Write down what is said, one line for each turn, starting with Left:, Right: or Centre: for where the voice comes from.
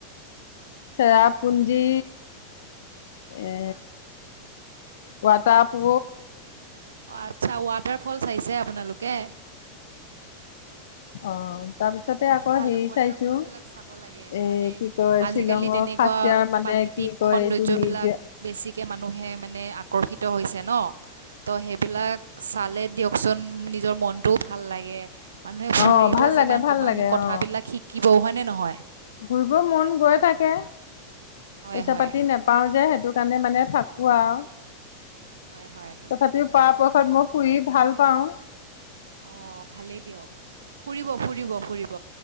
Left: চেৰাপুঞ্জী। এ
Right: হয়
Left: পটাপ
Right: অ আচ্ছা ৱাটাৰ ফলছ চাইছে আপোনালোকে।
Left: অ তাৰপিছতে
Right: ভাল
Left: আকৌ
Right: ভাল
Left: হেৰি
Right: ৱাটাৰ
Left: চাইছো
Right: ফল বিলাক চাব লাগে
Left: এ
Right: মানে
Left: কি কয়
Right: আজিকালি
Left: শ্বিলঙৰ
Right: তেনেকুৱা
Left: খাচিয়াৰ মানে
Right: প্ৰাকৃতিক
Left: কি কয়
Right: সৌন্দৰ্য্যবলাক
Left: এইটো মিউজিয়াম
Right: বেছিক কৈ মানুহে মানে আকৰ্ষিত হৈছে ন তো সেইবিলাক চালে দিয়কচোন নিজৰ মনটোও ভাল লাগে মানুহে ফুৰিব
Left: অ ভাল
Right: যিমান
Left: লাগে ভাল
Right: তিমান
Left: লাগে অ
Right: কথাবিলাক শিকিবও হয়নে নহয়
Left: ঘুৰিব মন গৈ থাকে
Right: হয়
Left: পইচা
Right: হয়
Left: পাতি নোপাও যে সি সেইটো কাৰণে মানে থাকো আৰু
Right: হয় হয়
Left: তথাপিও পাপ ত মই শুহ ভাল পাওঁ
Right: অ' ভালেই দিয়ক ফুৰিব ফুৰিব ফুৰিব